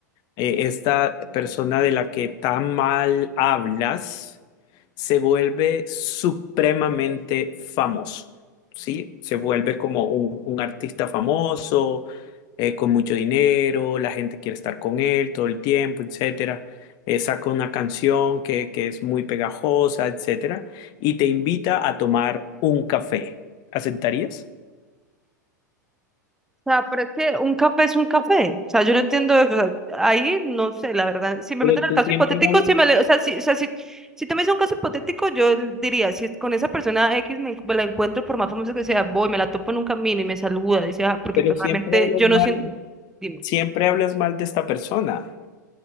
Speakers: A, on the left; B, in the centre.
A: eh, esta persona de la que tan mal hablas se vuelve supremamente famoso, ¿sí? Se vuelve como un, un artista famoso, eh, con mucho dinero, la gente quiere estar con él todo el tiempo, etcétera. Eh, saca una canción que, que es muy pegajosa, etcétera, y te invita a tomar un café. ¿Aceptarías?
B: O sea, pero es que un café es un café. O sea, yo no entiendo eso. O sea, ahí no sé, la verdad. Si me
A: Pero
B: meten al
A: tú
B: caso
A: siempre
B: hipotético,
A: hablas,
B: si me le- o sea, si, o sea, si, si tú me dices un caso hipotético, yo diría, si es con esa persona X me, me la encuentro, por más famosa que sea, voy, me la topo en un camino y me saluda, dice, ah, porque
A: pero
B: pues,
A: siempre
B: realmente
A: hablas
B: yo no
A: mal,
B: siento. dime.
A: siempre hablas mal de esta persona.